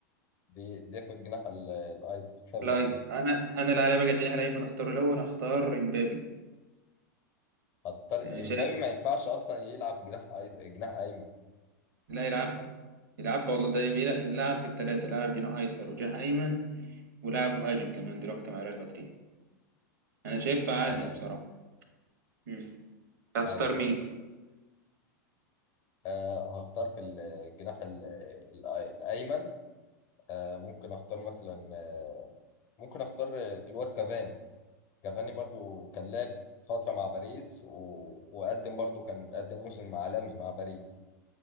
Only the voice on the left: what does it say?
دي دي في الجناح ال- الايسر <laughs> تمام
هتختار
امبابي
ما ينفعش اصلا يلعب جناح أيس- جناح ايمن
تمام
ايوه
أيوه. آه هختار في الجناح ال- ال- الأيمن آه ممكن أختار مثلا آه ممكن أختار الواد كافاني كافاني برضو كان لعب فترة مع باريس و... وقدم برضو كان قدم موسم عالمي مع باريس